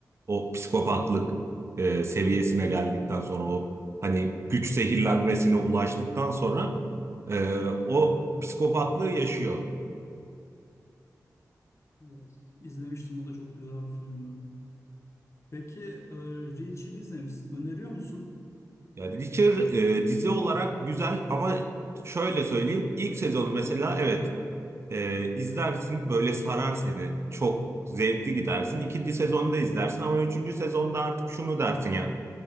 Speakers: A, on the right (about 40°); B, on the left (about 45°).
A: O psikopatlık e, seviyesine geldikten sonra o hani güç zehirlenmesine ulaştıktan sonra e, o psikopatlığı yaşıyor.
B: Evet. İzlemiştim o da çok güzel bir filmdi. Peki e, Reacher'ı izlemişsin. Öneriyor musun?
A: Yani Witcher e, dizi olarak güzel ama şöyle söyleyeyim ilk sezonu mesela evet e, izlersin böyle sarar seni çok zevkli gidersin. İkinci sezonu da izlersin ama üçüncü sezonda artık şunu dersin ya